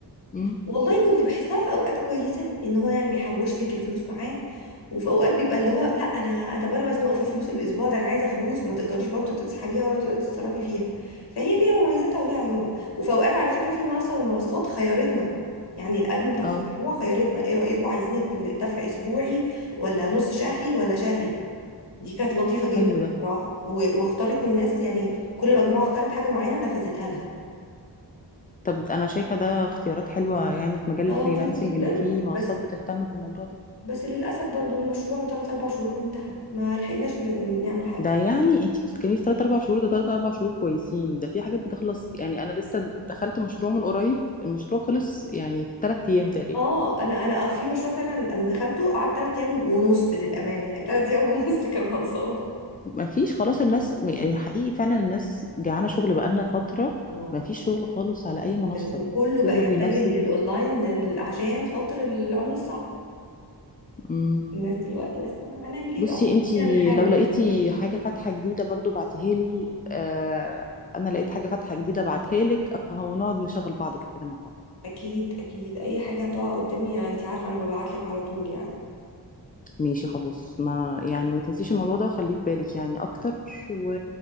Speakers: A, on the left (about 20°); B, on the left (about 65°).
A: امم
B: والله كنت بحسها في اوقات كويسه ان هو يعني بيحوش لك الفلوس معاه وفي اوقات بيبقى اللي هو لا انا طب انا مزنوقه في فلوس الاسبوع ده انا عايزه فلوس ما تقدريش برضه تسحبيها ولا تقدري تتصرفي فيها فهي ليها مميزاتها وليها عيوبها وفي اوقات على فكره في منصه من المنصات خيرتنا يعني الادمن بتاعت
A: اه
B: المشروع خيرتنا ايه رايكم عايزين الدفع اسبوعي ولا نص شهري ولا شهري دي كانت لطيفه جدا
A: حلو ده
B: بصراحه و- واختارت الناس يعني كل مجموعه اختارت حاجه معينه نفذتها لها
A: طب انا شايفة ده اختيارات حلوة يعني في مجال
B: ده
A: الفريلانسنج
B: لطيف جدا
A: ان في منصات
B: بس
A: بتهتم بالموضوع ده
B: بس للأسف برضو المشروع تلات أربع شهور وانتهى ما لحقناش ن- نعمل حاجة
A: ده يعني انت بتتكلمي في 3 4 شهور ده 3 4 شهور كويسين ده في حاجات بتخلص يعني انا لسه دخلت مشروع من قريب المشروع خلص يعني في 3 ايام تقريبا
B: اه انا انا آه، في مشروع فعلا انا دخلته قعدت تلات ايام ونص للامانه يعني تلات ايام ونص كان خلصان
A: ما فيش خلاص الناس يعني حقيقي فعلا الناس جعانة شغل بقالنا فترة
B: اه
A: ما فيش شغل خالص على اي
B: جدا
A: منصة
B: وكله
A: كله
B: بقى يتجه
A: بينزل
B: للاونلاين لل- عشان خاطر العمله الصعبه
A: امم
B: الناس دلوقتي بس هنعمل ايه
A: بصي
B: بقى
A: انت
B: خلينا بنحاول
A: لو لقيتي حاجة فاتحة جديدة برضو بعتيها لي آه انا لقيت حاجة فاتحة جديدة بعتها لك اهو نقعد نشغل بعض كده مع بعض
B: اكيد اكيد اي حاجه هتقع قدامي انت عارفه انا ببعت لك على طول يعني
A: ماشي خلاص ما يعني ما تنسيش الموضوع ده وخليه في بالك يعني اكتر و...